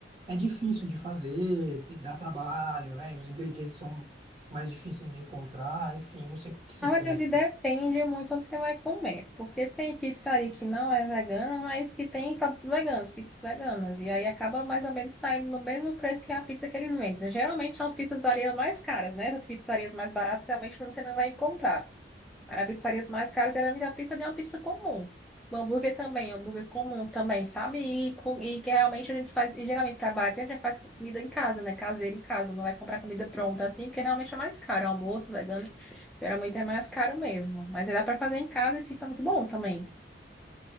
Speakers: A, on the right; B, in the centre.
A: é difícil de fazer, tem- dá trabalho, né? Os ingredientes são mais difíceis de encontrar, enfim, não sei o que você
B: Na
A: pensa.
B: verdade, depende muito onde você vai comer, porque tem pizzaria que não é vegana, mas que tem produtos veganos, pizzas veganas, e aí acaba mais ou menos saindo no mesmo preço que a pizza que eles vendem. Geralmente são as pizzarias mais caras, né? Essas pizzarias mais baratas realmente você não vai encontrar. Mas As pizzarias mais caras geralmente a pizza é uma pizza comum. O hambúrguer também, o hambúrguer comum também, sabe? E, com- e que realmente a gente faz, e geralmente para barato a gente faz comida em casa, né? Caseira em casa, não vai comprar comida pronta assim, porque realmente é mais caro, almoço vegano Geralmente é mais caro mesmo, mas aí dá para fazer em casa e fica muito bom também.